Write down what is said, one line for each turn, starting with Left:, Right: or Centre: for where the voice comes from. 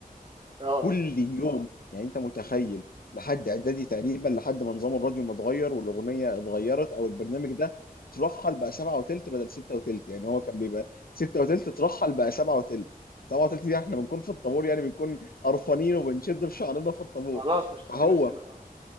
Right: اه
Left: كل يوم يعني انت متخيل لحد اعدادي تقريبا لحد ما نظام الراديو ما اتغير والاغنيه اتغيرت او البرنامج ده اترحل بقى سبعة وتلت بدل ستة وتلت يعني هو كان بيبقى ستة وتلت اترحل بقى سبعة وتلت سبعة وتلت دي احنا بنكون في الطابور يعني بنكون قرفانين وبنشد في شعرنا في الطابور
Right: خلاص مش طايقين
Left: فهو
Right: نفسنا اه